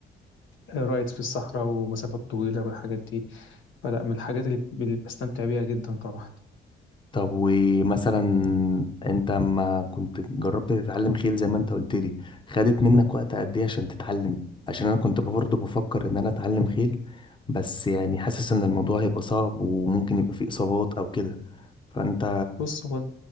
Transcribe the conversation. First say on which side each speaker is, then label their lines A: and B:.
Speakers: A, on the left (about 80°); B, on the left (about 25°).
A: رايد في الصحراء ومسافات طويلة والحاجات دي فلا من الحاجات اللي اللي بستمتع بيها جدا طبعا
B: طب ومثلا انت ما كنت جربت تتعلم خيل زي ما انت قلت لي خدت منك وقت قد ايه عشان تتعلم عشان انا كنت برضه بفكر ان انا اتعلم خيل بس يعني حاسس ان الموضوع هيبقى صعب وممكن يبقى فيه اصابات او كده فانت
A: بص هو